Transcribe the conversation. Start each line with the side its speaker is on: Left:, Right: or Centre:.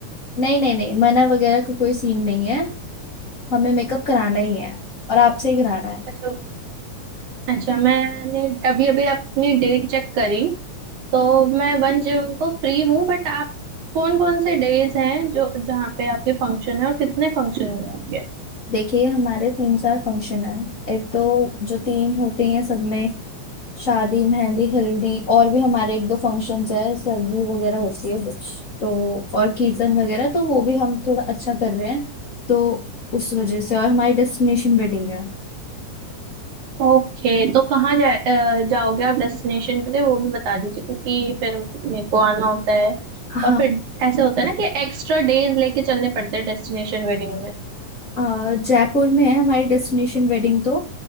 Left: नहीं नहीं नहीं मना वगैरह का कोई सीन नहीं है हमें मेकअप कराना ही है और आपसे ही कराना है
Right: अच्छा अच्छा मैंने अभी अभी अपनी डेट चेक करी तो मैं वन जून को फ्री हूँ बट आप कौन कौन से डेज हैं जो जहाँ पे आपके फंक्शन है और कितने फंक्शन है आपके
Left: देखिए हमारे तीन चार फंक्शन हैं एक तो जो तीन होते हैं सब में शादी मेहंदी हल्दी और भी हमारे एक दो फंक्शंस है सरगी वगैरह होती है कुछ तो और कीर्तन वगैरह तो वो भी हम थोड़ा अच्छा कर रहे हैं तो उस वजह से और हमारी डेस्टिनेशन वेडिंग
Right: ओके तो कहाँ जा, अ, जाओगे आप डेस्टिनेशन के लिए वो भी बता दीजिए क्योंकि फिर मेरे को आना होता है
Left: है
Right: और फिर ऐसे होता है ना कि एक्स्ट्रा डेज लेके चलने पड़ते हैं डेस्टिनेशन वेडिंग में
Left: अ, जयपुर में है हमारी डेस्टिनेशन वेडिंग तो